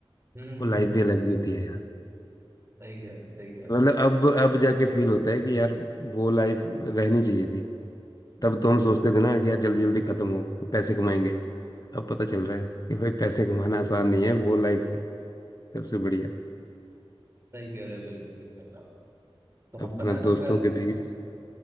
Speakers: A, on the right; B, on the left.
A: हम्म,
B: वो लाइफ
A: हम्म, हम्म,
B: भी अलग ही होती है यार
A: सही कह रहे हो सही कह रहे
B: मतलब
A: हो
B: अब अब जाके फील होता है कि यार वो लाइफ रहनी चाहिए थी
A: हम्म।
B: तब तो हम सोचते थे ना कि यार जल्दी जल्दी खत्म हो वो पैसे कमाएंगे अब पता चल रहा है कि भाई पैसे कमाना आसान नहीं है वो लाइफ थी सबसे बढ़िया
A: सही कह रहे हो बिल्कुल सही कह रहे हो आप। तो
B: अपना
A: हम पता है ना
B: दोस्तों
A: फिर
B: के बीच